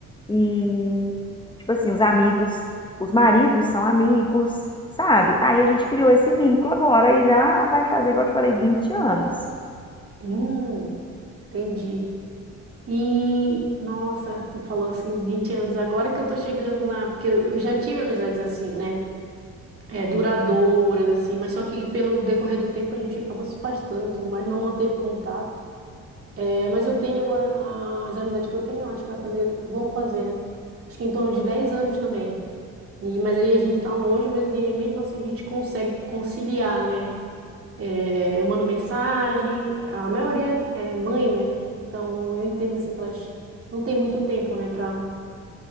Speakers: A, on the left; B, on the right.
A: e, tipo assim, os amigos, os maridos são amigos, sabe? Aí a gente criou esse vínculo agora e já vai fazer, igual eu te falei, vinte anos.
B: Hum, entendi. E, nossa, tu falou assim, 20 anos, agora que eu tô chegando na. Porque eu eu já tive amizades assim, né? É, duradouras, assim, mas só que pelo decorrer do tempo a gente acabou se afastando, e tudo mais não manteve contato. É, mas eu tenho agora, as amizades que eu tenho, eu acho que vai fazer, vão fazer, né? Acho que em torno de 10 anos também. E, mas aí a gente tá longe, mas e mesmo assim a gente consegue conciliar, né? É, eu mando mensagem, a maioria é mãe, né? Então eu entendo assim que elas não têm muito tempo, né, para